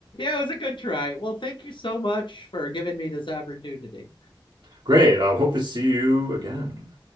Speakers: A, on the left; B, on the right.
A: it was a good try. Well, thank you so much for giving me this opportunity.
B: great. I hope to see you again.